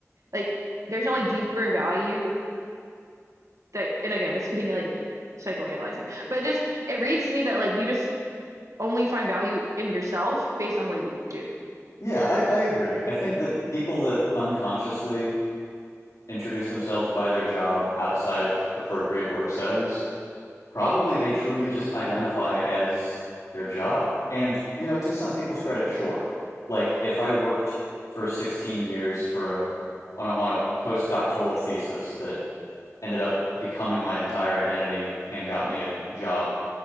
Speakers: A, on the right; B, on the left.
A: like there's no like deeper value that and again this could be me like psychoanalyzing but just it reads to me that like you just only find value in yourself based on what you do
B: Yeah, I, I agree. I think that people that unconsciously introduce themselves by their job outside of appropriate work settings, probably they truly just identify as their job. And, you know, to some people's credit, sure. Like if I worked for 16 years for a on a on a postdoctoral thesis that ended up becoming my entire identity and got me a job